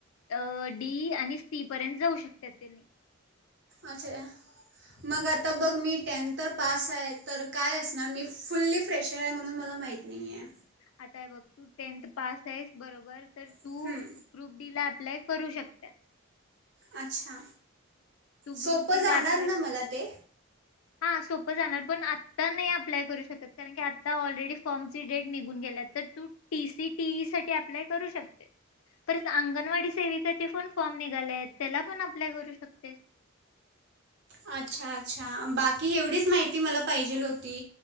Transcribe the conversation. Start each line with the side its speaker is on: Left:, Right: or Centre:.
Left: अ डी आणि सी पर्यंत जाऊ शकतात त्यांनी
Right: अच्छा मग आता बघ मी टेन्थ तर पास आहे तर काय असणार मी फुल्ली फ्रेशर आहे म्हणून मला माहीत नाही आहे.
Left: आता हे बघ तू टेन्थ पास आहेस बरोबर तर तू
Right: आहे
Left: ग्रुप डी ला अप्लाय करू शकत्यास.
Right: अच्छा सोपं
Left: ग्रुप डी
Right: जाणार
Left: ला अप्लाय
Right: ना
Left: कर
Right: मला ते?
Left: हा सोपं जाणार पण आता नाही अप्लाय करू शकत कारण की आता ऑलरेडी फॉर्मची डेट निघून गेल्या तर तू टी. सी. टी. ई साठी अप्लाय करू शकतेस, परत अंगणवाडी सेविकाचे पण फॉर्म निघाले आहेत त्याला पण अप्लाय करू शक शकतेेस.
Right: अच्छा अच्छा बाकी एवढीच माहिती मला पाहिजेल होती